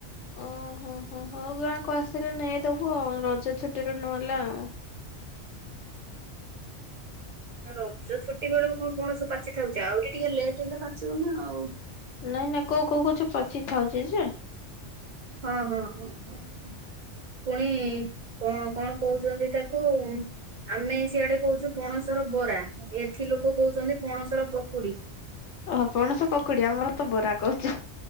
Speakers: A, on the left (about 75°); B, on the right (about 50°).
A: ଓହୋ ହୋ ହ ଗାକୁ ଆସିଲେ ନେଇଦବୁ ଆ ରଜ ଛୁଟିରେ ନହେଲେ ଆଉ।
B: ରଜ ଛୁଟି ବେଳକୁ କଣ ପଣସ ପାଚି ଥାଉଛି ଆହୁରି ଟିକେ ଲେଟ୍ ହେଲା ପାଚିବ ନା ଆଉ।
A: ନାଇଁ ନାଇଁ କୋଉ କୋଉ ଗଛ ପଚିଥାଉଛି ଯେ
B: ହଁ ହଁ ହଁ ହ ପୁଣି କଣ କଣ କହୁଛନ୍ତି ତାକୁ ଆମେ ସିଆଡେ କହୁଛୁ ପଣସର ବରା ଏଠି ଲୋକ କହୁଛନ୍ତି ପଣସର ପକୁଡି।
A: ଓ ପଣସ ପକୁଡି ଆମର ତ ବରା କହୁଛୁ।